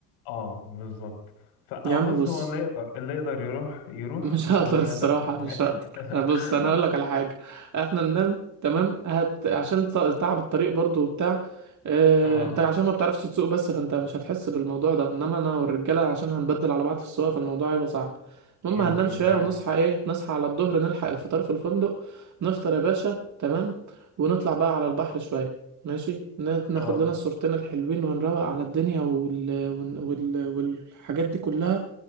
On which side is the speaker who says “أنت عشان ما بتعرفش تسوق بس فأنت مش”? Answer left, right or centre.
Right